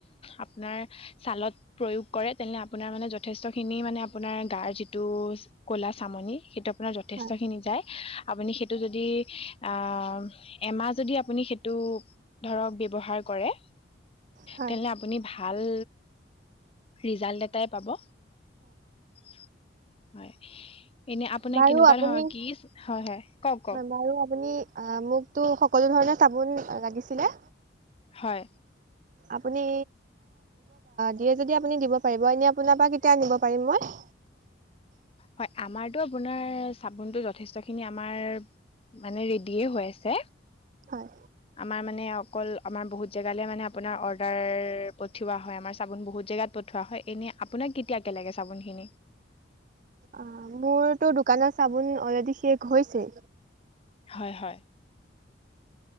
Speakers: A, on the left; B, on the right.
A: আপোনাৰ- ছালত প্ৰয়োগ কৰে তেনে আপোনাৰ মানে যথেষ্ট খিনি মানে আপোনাৰ গাৰ যিটো কলা চাম- নি সেইটো। যথেষ্ট
B: হয়
A: খিনি যায় আপোনি সেইটো যদি আ এমাহ যদি আপুনি সেইটো ধৰক ব্যৱহাৰ কৰে
B: হয়
A: তেনে আপুনি ভাল ৰিজাল এটাই পাব হয় এনে আপোনাৰ
B: বাৰু
A: কেনেকুৱা
B: আপুনি
A: ধৰ কি হয় হয় কওক কওক
B: বাৰু আপুনি আহ মোকতো সকলো ধৰণে চাবোন লাগিছিলে
A: হয়
B: আপুনি দিয়ে যদি দিব পাৰিব এনে আপোনাৰ পৰা কেতিয়া আনিব পাৰিম মই
A: হয় আমাৰতো আপোনাৰ চাবোনটো যথেষ্ট খিনি আমাৰ মানে ৰেডিয়ে হৈ আছে
B: হয়
A: আমাৰ মানে অকল আমাৰ বহুত জাগা পঠিয়ালে মানে আপোনাৰ অৰ্ডাৰ পঠিওৱা হয় আমাৰ চাবোন বহুত জেগাত পঠিওৱা হয় এনেই আপোনাক কেতিয়াকে লাগে? চাবোনখিনি
B: অ মোৰতো দোকানৰ চাবোন অলৰেডি শেষ হৈছে
A: হয় হয়